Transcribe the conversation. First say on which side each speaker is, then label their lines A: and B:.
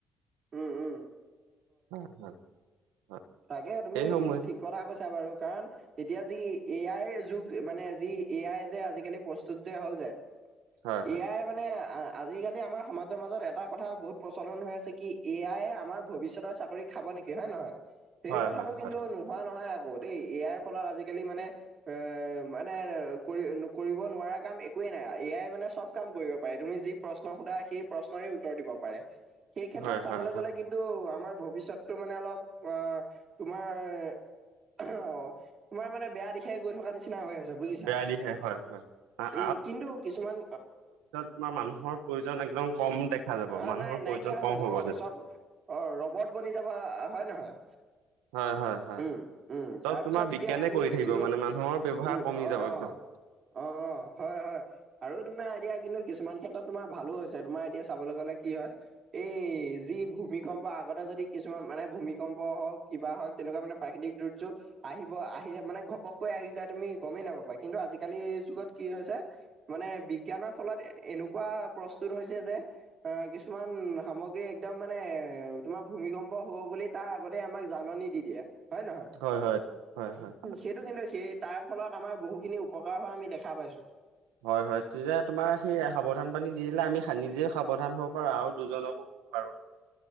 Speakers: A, on the right; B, on the right.
A: উম, উম,
B: অ', হয় ', হয়।
A: তাকে তুমি,
B: এইসমূহে
A: ঠিক কথা কৈছা বাৰু কাৰণ এতিয়া যি এ আইৰ যুগ, মানে যি এ আই যে আজিকালি প্ৰস্তুত যে হ'ল যে
B: হয় হয়
A: এ আই মানে আহ, আজিকালি আমাৰ সমাজৰ মাজত এটা কথা বহুত প্ৰচলন হৈ আছে, কি এ আইয়ে আমাৰ ভৱিষ্যতৰ চাকৰি খাব নেকি হয় নহয়। সেই
B: হয়
A: কথাটো
B: হয় হয়
A: কিন্তু নোহোৱা নহয় আকৌ দেই এই আইৰ ফলত আজিকালি মানে এ মানে কৰি কৰিব নোৱাৰা কাম একোৱেই নাই এ আই মানে চব কাম কৰিব পাৰে তুমি যি প্ৰশ্ন সুধা সেই প্ৰশ্নৰে উত্তৰ দিব পাৰে। সেই ক্ষেত্ৰত
B: হয়
A: চাবলৈ
B: হয় হয়
A: গ'লে কিন্ তু আমাৰ ভৱিষ্যতটো মানে অলপ, আ, তোমাৰ অ' তোমাৰ মানে বেয়া দিশ সে গৈ থকাৰ নিচিনা হৈ আছে বুজিছা,
B: বেয়া দিশে হয় হয়। আ-
A: উম' কিন্তু কিছুমান
B: আমাৰ মানুহৰ প্ৰয়োজন একদম কম দেখা যাব।
A: অ
B: মানুহৰ
A: নাই নাইকিয়া
B: প্ৰয়োজন
A: হৈ
B: কম
A: যাব
B: হ'ব
A: অ
B: যে
A: চব অ', ৰবট বনি যাবা আ হয় নহয়
B: হয়', হয়', হয়।
A: উম উম
B: চব
A: তাৰপিছত
B: তোমাৰ বিজ্ঞানে
A: এতিয়া তুমি
B: কৰি থাকিব
A: কিন্তু
B: মানে মানুহৰ ব্যৱহাৰ
A: উম
B: কমি
A: অ
B: যাব একদম
A: অ অ', অ' হয়', হয়। আৰু তোমাৰ এতিয়া কিন্তু কিছুমান ক্ষেত্ৰত তোমাৰ ভালো হৈছে। তোমাৰ এতিয়া চাবলে গ'লে কি হয় এই, যি ভূমিকম্প আগতে যদি কিছুমান মানে ভূমিকম্প হওঁক কিবা হওঁক তেনেকুৱা মানে প্ৰাকৃতিক দুৰ্যোগ, আহিব আহিলে মানে ঘপ ঘপককৈ আহি যায় তুমি গমেই নাপাবা। কিন্তু আজিকালিৰ যুগত কি হৈছে মানে বিজ্ঞানৰ ফলত এ এনেকুৱা প্ৰস্তুত হৈছে যে অ', কিছুমান সামগ্ৰী একদম মানে তোমাৰ ভূমিকম্প হ'ব বুলি তাৰ আগতে আমাক জাননী দি দিয়ে হয় নহয়।
B: হয় হয় হয় হয়।
A: সেইটো কিন্তু সেই তাৰ ফলত আমাৰ বহুখিনি উপকাৰ হোৱা আমি দেখা পাইছোঁ।
B: হয়', হয়। তেতিয়া তোমাৰ সেই সাৱধান বানী দি দিলে, আমি সা নিজেও সাৱধান হ'ব পাৰো আৰু দুজনকো ক'ব পাৰো